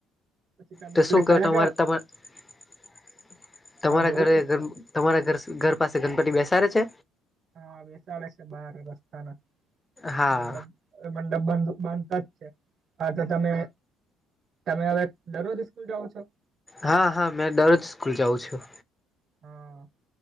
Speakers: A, on the right (about 50°); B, on the left (about 20°).
A: પછી તમે
B: તો
A: એટલે
B: શું
A: કયા
B: કો તમારે
A: કયા
B: તમારા
A: હા બોલો
B: ઘરે
A: ને
B: ઘર તમારા ઘર ઘર પાસે ગણપતિ બેસાડે છે.
A: હા બેસાડે છે બહાર ની રસ્તાના
B: હા
A: મંડપ મંડપ બંધ બંધ થ જ છે હા તો તમે તમે હવે દરરોજ સ્કૂલ જાઓ છો.
B: હા હા મેં દરરોજ સ્કૂલ જાઉ છું.
A: હા.